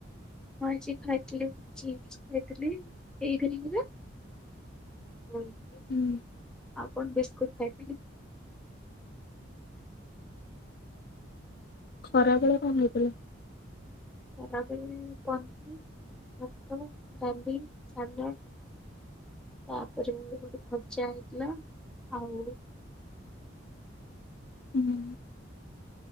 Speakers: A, in the centre; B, on the left (about 50°).
A: ମୁଁ ଆଜି ଖାଇଥିଲି ଚିପ୍ସ ଖାଇଥିଲି ଏଇ ଇଭିନିଙ୍ଗରେ। ହୋଇ,
B: ହୁଁ।
A: ଆଉ କଣ? ବିସ୍କୁଟ ଖାଇଥିଲି।
B: ଖରାବେଳେ କଣ ହେଇଥିଲା?
A: ଖରାବେଳେ ପନିର, ଭାତ, ଡାଲି, ସାଲଡ୍। ତାପରେ ଗୋଟେ ଭଜା ହେଇଥିଲା, ଆଉ
B: ହୁଁ।